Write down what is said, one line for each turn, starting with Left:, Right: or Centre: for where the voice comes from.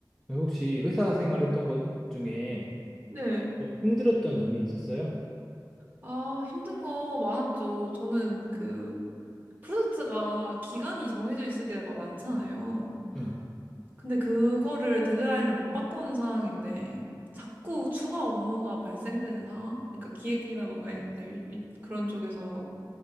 Centre: 네, 혹시 회사 생활했던 것 중에
Right: 네.
Centre: 좀 힘들었던 점이 있었어요?
Right: 아, 힘든 거 많았죠. 저는 그 프로젝트가 기간이 정해져 있을 때가 많잖아요.
Centre: 네.
Right: 근데 그거를 데드라인을 못 바꾸는 상황인데 자꾸 추가 업무가 발생되는 상황? 그러니까 기획이나 뭔가 이제 위- 위- 그런 쪽에서